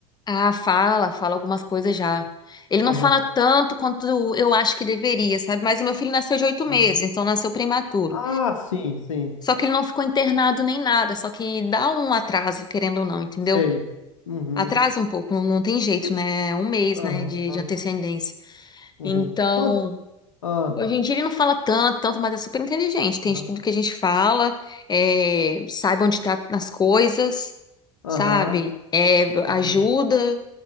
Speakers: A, on the left; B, on the left.
A: Ah, fala, fala algumas coisas já. Ele não
B: Aham.
A: fala tanto quanto eu acho que deveria, sabe? Mas o meu filho nasceu de oito meses,
B: Aham.
A: então nasceu prematuro.
B: Ah, sim, sim.
A: Só que ele não ficou internado nem nada, só que dá um atraso, querendo ou não, entendeu?
B: Sei. Uhum.
A: Atrasa um pouco, não, não tem jeito,
B: O-
A: né? É Um mês,
B: Aham.
A: né, de, de antecedência.
B: Uhum.
A: Então,
B: Quanto? Ah,
A: Hoje em dia ele não fala tanto, tanto, mas é super inteligente. Tem
B: aham.
A: de tudo que a gente fala, é, sabe onde tá nas coisas,
B: Aham.
A: sabe? É,
B: Uhum.
A: ajuda,